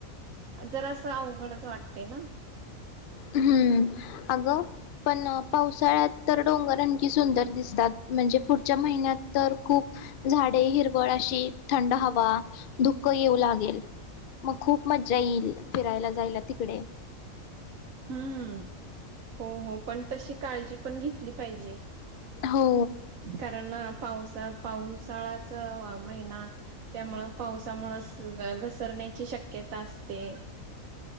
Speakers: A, on the right; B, on the left.
A: जरासं अवघडच वाटते ना.
B: हम्म अगं, पण पावसाळ्यात तर डोंगर आणखी सुंदर दिसतात. म्हणजे पुढच्या महिन्यात तर खूप झाडे, हिरवळ, अशी थंड हवा, धुकं येऊ लागेल. मग खूप मजा येईल फिरायला. जायला तिकडे.
A: हम्म, हो-हो पण तशी काळजी पण घेतली पाहिजे.
B: हो
A: कारणआप पाऊसा, पाऊसाळ्याचा महिना त्यामुळ पावसामुळंस् अ घस् करण्याची शक्यता असते.